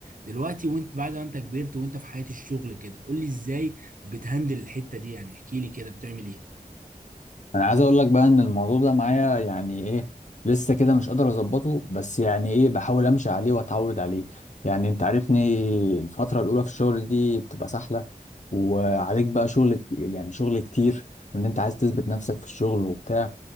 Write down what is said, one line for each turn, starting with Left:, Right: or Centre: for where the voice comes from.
Right: دلوقتي وانت بعد ما انت كبرت وانت في حياة الشغل كده قول لي ازاي بتهندل الحتة دي يعني احكي لي كده بتعمل ايه
Left: انا عايز اقول لك بقى ان الموضوع ده معايا يعني ايه لسه كده مش قادر اظبطه بس يعني ايه بحاول امشي عليه واتعود عليه يعني انت عارفني الفترة الاولى في الشغل دي بتبقى سهلة وعليك بقى شغل يعني شغل كتير وان انت عايز تثبت نفسك في الشغل وبتاع